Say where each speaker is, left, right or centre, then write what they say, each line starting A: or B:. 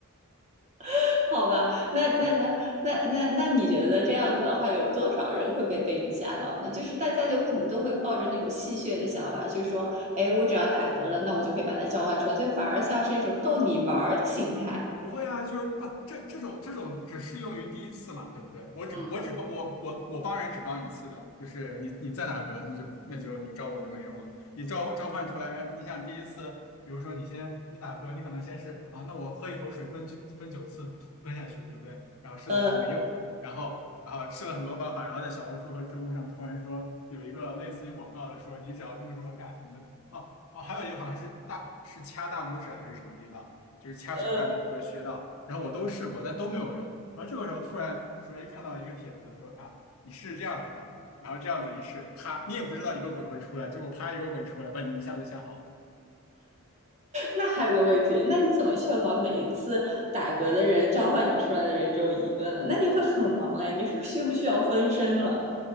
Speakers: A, on the right (about 30°); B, on the left (about 70°).
A: <laughs> 好吧？那那那那那那你觉得这样子的话，有多少人会被被你吓到呢？就是大家有可能都会抱着那种戏谑的想法，就是说，哎，我只要打嗝了，那我就可以把它召唤出来，就反而像是一种逗你玩的心态。
B: 不会啊，就是不这这种这种只适用于第一次嘛，对不对？我只我只帮我我我帮人只帮一次的，
A: 嗯，
B: 就是你你在打个，那就那就你招我就没用了。你召召唤出来，然后你想第一次，比如说你先你打嗝，你可能先是啊，那我喝一口水分九分九次吞下去，对不对？然后试了试没用，
A: 呃
B: 然后啊试了很多办法，然后在小红书和知乎上突然说有一个类似于广告的说，你只要这么这么干，你的哦哦，还有一个好像是大是掐大拇指还是什么地方。就是掐手上的一个穴道，
A: 呃，
B: 然后我都试过，但都没有用。然后这个时候突然说，哎，看到一个帖子说啊，你试试这样子吧，然后这样子一试，啪，你也不知道一个鬼会出来，结果啪一个鬼出来，把你一下子吓跑了。
A: 那还有个问题，那你怎么确保每一次打嗝的人召唤你出来的人只有一个呢？那你会很忙哎，你是需不需要分身了？